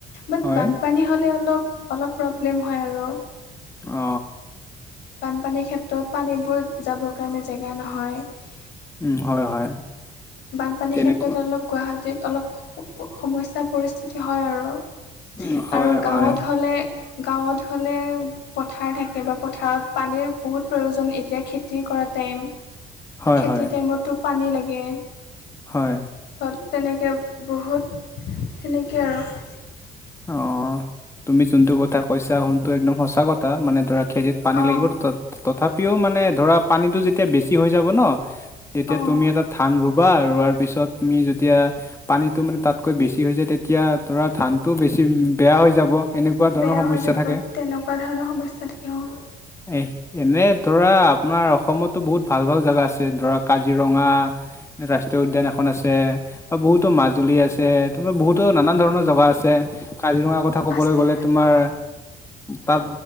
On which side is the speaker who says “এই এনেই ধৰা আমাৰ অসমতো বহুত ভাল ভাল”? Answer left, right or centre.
Left